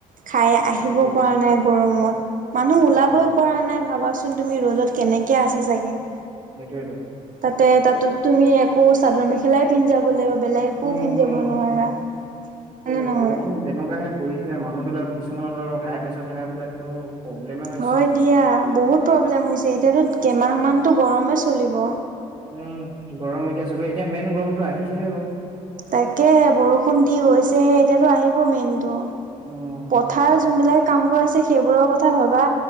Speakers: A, on the right; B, on the right.
A: খাই
B: এ তাকে
A: আহিব পৰা নাই গৰমত। মানুহ
B: তাকে
A: ওলাবই পৰা নাই, ভাবাচো চোন তুমি? ৰ'দত কেনেকে আছে চাগে!
B: সেইটোৱেটো।
A: তাতে, তাতো তুমি একো, চাদৰ-মেখেলাই পিন্ধি যাব লাগিব, বেলেগ। একো
B: উম
A: পিন্ধি
B: উম
A: যাব নোৱাৰা। হয় নে
B: এ
A: নহয়?
B: গৰম যেনেকুৱাহে পৰিছে, মানুহ বিলাক কিছুমানক ধৰক, হাই-প্ৰেছাৰ থকা বিলাকতো প্ৰব্লেমে হৈছে
A: হয়
B: এতিয়া
A: দিয়া, বহুত প্ৰব্লেম হৈছে! এতিয়াতো, কেইমাহমানটো গৰমে চলিব।
B: উম, গৰম এতিয়া চলিব। এতিয়া, মেইন গৰমটো আহিছেহেকৌ।
A: তাকেহে, বৰষুণ দি গৈছেহে। এতিয়াতো আহিব মেইনটো।
B: উম
A: পথাৰত যোনবিলাকে কাম কৰি আছে, সেইবোৰৰ কথা ভাবা?